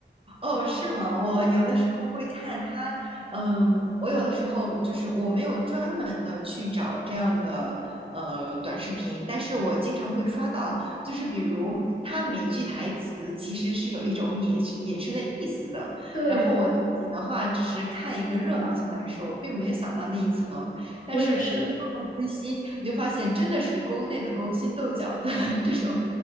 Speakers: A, on the right; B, on the left.
A: 哦，是吗？我有的时候会看他，嗯，我有的时候就是我没有专门的去找这样的呃短视频，但是我经常会刷到，就是比如他每句台词其实是有一种隐隐身的意思的，
B: <laughs> 对，
A: 然后我。自己的话只是看一个热闹，相当于是我并没有想到那一层，但是听他们分析，
B: 我也是。
A: 你就发现真的是宫内的勾心斗角的 <laughs> 这种，